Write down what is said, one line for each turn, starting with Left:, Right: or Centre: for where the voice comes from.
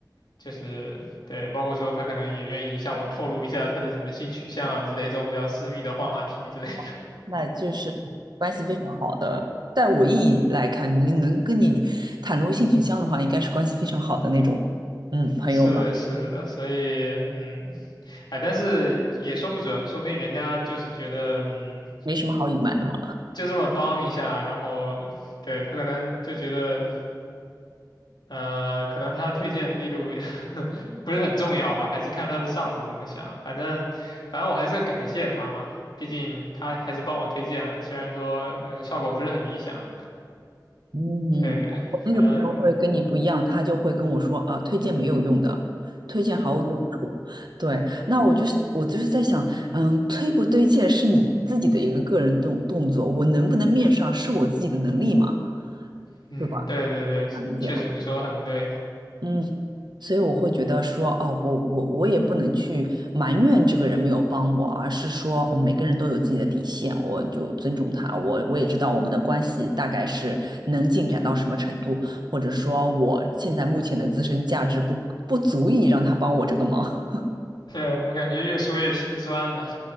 Left: 就是对，包括说他可能也愿意向我透露一下他的什么性取向啊之类这种比较私密的话题之类的。
Right: <laughs>
Left: <laughs>
Right: 那就是关系非常好的。在我意义来看，能能跟你袒露性取向的话，应该是关系非常好的那种，嗯，朋友了，
Left: 是的，是的，所以嗯，哎，但是也说不准，说不定人家就是觉得嗯，
Right: 没什么好隐瞒的嘛。
Left: 就这么帮一下，然后对他可能就觉得。呃，可能他的推荐力度 <laughs> 不是很重要吧，还是看他的上司怎么想。反正，反正我还是感谢他嘛，毕竟他还是帮我推荐了，虽然说可能效果不是很理想。
Right: 嗯，
Left: 对，
Right: 我那个朋友会跟你不一样，
Left: 反正，
Right: 他就会跟我说啊，推荐没有用的，推荐毫无用处。对，那我就是我就是在想，嗯，推不推荐是你自己的一个个人动动作，我能不能面上是我自己的能力嘛，
Left: 嗯，
Right: 对吧？
Left: 对对对，
Right: 能理解吗？
Left: 确实你说的很对。
Right: 嗯，所以我会觉得说，哦，我我我也不能去埋怨这个人没有帮我，而是说，嗯每个人都有自己的底线，我就尊重他。我我也知道我们的关系大概是能进展到什么程度，或者说我现在目前的自身价值不不足以让他帮我这个忙。<laughs>
Left: 对，我感觉越说越心酸了。